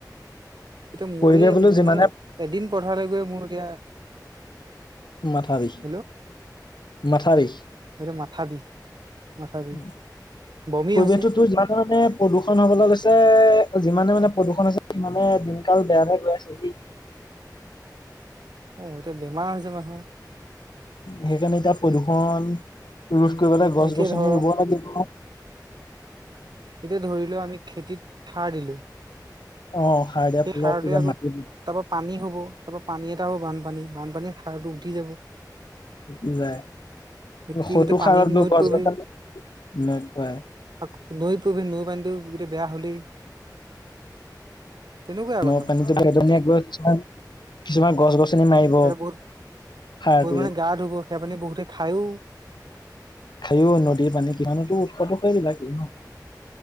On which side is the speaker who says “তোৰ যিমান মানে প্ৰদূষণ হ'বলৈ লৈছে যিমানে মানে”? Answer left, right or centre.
Left